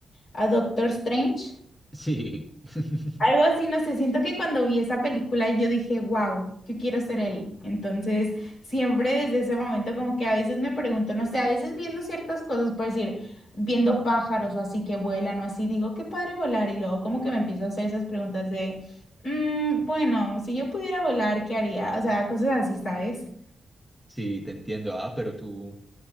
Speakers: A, on the left; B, in the centre.
A: a Doctor Strange.
B: Sí, <laughs>
A: Algo así, no sé, siento que cuando vi esa película yo dije, wow, yo quiero ser él. Entonces, siempre desde ese momento como que a veces me pregunto, no sé, a veces viendo ciertas cosas, por decir, viendo pájaros o así que vuelan o así, digo, qué padre volar. Y luego como que me empiezo a hacer esas preguntas de, "Mm, bueno, si yo pudiera volar, ¿qué haría? O sea, cosas así, ¿sabes?
B: sí, te entiendo. Ah, pero tú.